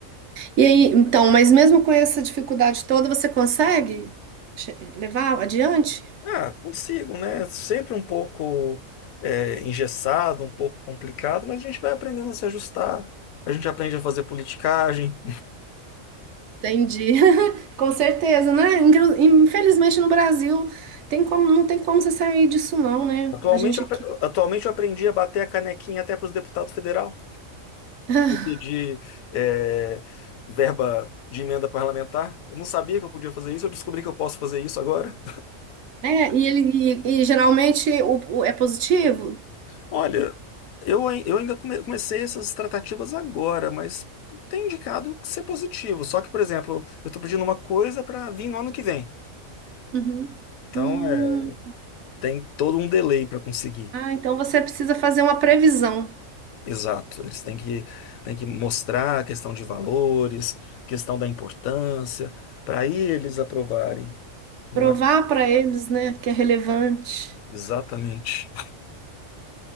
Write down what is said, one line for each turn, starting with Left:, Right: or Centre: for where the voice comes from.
Right: E aí, então, mas mesmo com essa dificuldade toda, você consegue che- levar adiante?
Left: Ah, consigo, né? Sempre um pouco é, engessado, um pouco complicado, mas a gente vai aprendendo a se ajustar. A gente aprende a fazer politicagem.
Right: Entendi. <laughs> Com certeza, né? Inclu- Infelizmente no Brasil tem como, não tem como você sair disso não, né?
Left: Atualmente,
Right: A gente
Left: eu
Right: aqui.
Left: apre- atualmente eu aprendi a bater a canequinha até para os deputados federal.
Right: <laughs>
Left: Eu pedi é, verba de emenda parlamentar. Eu não sabia que eu podia fazer isso, eu descobri que eu posso fazer isso agora.
Right: É, e ele e, e geralmente o, o- é positivo?
Left: Olha, eu, ai- eu ainda come- comecei essas tratativas agora, mas tem indicado que ser positivo. Só que, por exemplo, eu estou pedindo uma coisa para vir no ano que vem.
Right: Uhum.
Left: Então,
Right: Hum.
Left: é, tem todo um delay para conseguir.
Right: Ah, então você precisa fazer uma previsão,
Left: Exato. Eles têm que, têm que mostrar a questão de valores, questão da importância, para aí eles aprovarem, não
Right: provar
Left: é?
Right: para eles, né, que é relevante.
Left: Exatamente.